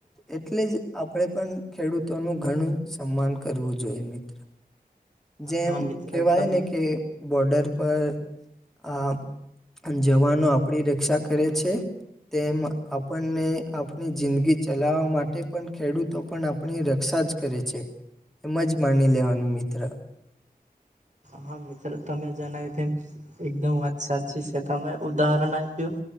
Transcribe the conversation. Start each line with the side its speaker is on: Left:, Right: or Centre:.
Centre: એટલે જ આપણેે પણ ખેડૂતોનું ઘણું સન્માન કરવું જોઈએ મિત્ર જેમ
Right: હા મિત્ર
Centre: કેહેવાય
Right: તમે
Centre: ને કે બોર્ડર પર આ જવાનો આપણી રક્ષા કરે છે તેમ આપણને આપણી જિંદગી ચલાવવા માટે પણ ખેડૂતો પણ આપણી રક્ષા જ કરે છે એમ જ માની લેવાનું મિત્ર.
Right: હા મિત્રો તમે જણાવ્યું તેમ. એકદમ વાત સાચી છે તમે ઉદાહરણ આપ્યું.